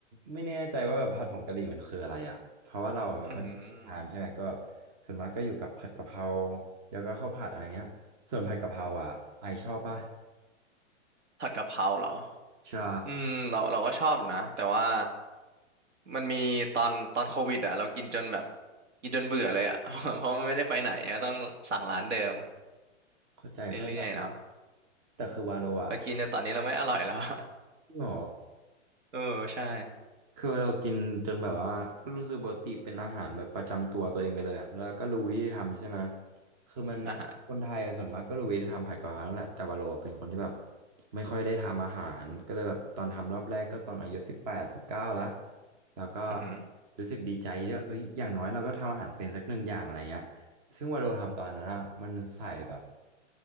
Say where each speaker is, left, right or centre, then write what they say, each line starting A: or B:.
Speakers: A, on the right (about 35°); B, on the right (about 70°).
A: ไม่แน่ใจว่าแบบผัดผงกะหรี่มันคืออะไรอ่ะเพราะว่าเราไม่ค่อยได้ทานใช่ไหมก็
B: อืม
A: ส่วนมากก็อยู่กับผัดกะเพราแล้วก็ข้าวผัดอะไรเงี้ยส่วนผัดกะเพราอ่ะไอชอบป่ะ
B: ผัดกะเพราเหรอ
A: ใช่
B: อืมเราเราก็ชอบนะแต่ว่า มันมีตอนตอนโควิดอ่ะเรากินจนแบบกินจนเบื่อเลยอ่ะ <laughs> เพราะมันไม่ได้ไปไหนอะต้องสั่งร้านเดิม
A: เข้าใจเข้าใจ
B: เรื่อยๆเนาะ
A: แต่คือวาโลอ่ะ
B: แล้วกินแต่ตอนนี้เราไม่อร่อยแล้ว
A: หรอ
B: <laughs> เออใช่
A: คือเรากินจนแบบว่าก็รู้สึกปกติเป็นอาหารแบบประจำตัวตัวเองไปเลยอะแล้วก็รู้วิธีทำใช่ไหมคือมันคนไทยอะส่วนมากก็รู้วิธีทำผัดกะเพรานั่นแหละแต่ว่าเราเป็นคนที่แบบ
B: อ่ะฮะ
A: ไม่ค่อยได้ทำอาหารก็เลยแบบตอนทำรอบแรกก็ตอนอายุสิบแปดสิบเก้าละแล้วก็
B: อือหือ
A: รู้สึกดีใจที่ว่าเอ้ยอย่างน้อยเราก็ทำอาหารเป็นสักหนึ่งอย่างอะไรเงี้ยซึ่งว่าเราทำตอนนั้นอะมันใส่แบบ